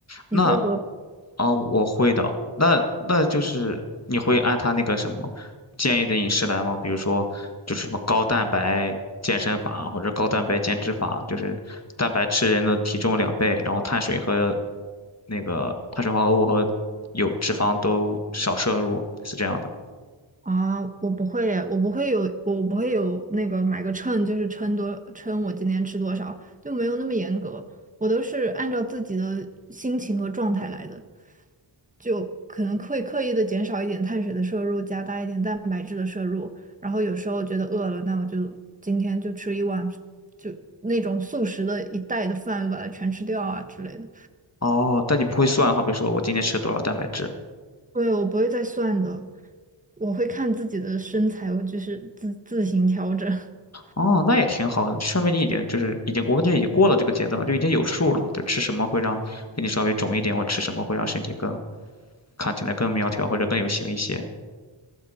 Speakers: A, on the left; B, on the right.
A: 那
B: 你会喝？
A: 啊、我会的。那那就是你会按他那个什么建议的饮食来吗？比如说，就是什么高蛋白健身法或者高蛋白减脂法，就是蛋白吃人的体重两倍，然后碳水和那个碳水化合物和有脂肪都少摄入，是这样的。
B: 啊，我不会耶我不会有，我不会有那个买个秤，就是称多称我今天吃多少，就没有那么严格。我都是按照自己的心情和状态来的，就可能会刻意的减少一点碳水的摄入，加大一点蛋白质的摄入。然后有时候觉得饿了，那我就今天就吃一碗，就那种速食的一袋的饭，把它全吃掉啊之类的。
A: 哦，但你不会算，好比说我今天吃多少蛋白质，
B: 对，我不会再算的，我会看自己的身材，我就是自自行调整。<laughs>
A: 哦，那也挺好的，说明你已经就是已经，我感觉已经过了这个阶段，就已经有数了，就吃什么会让给你稍微肿一点，或吃什么会让身体更看起来更苗条或者更有型一些。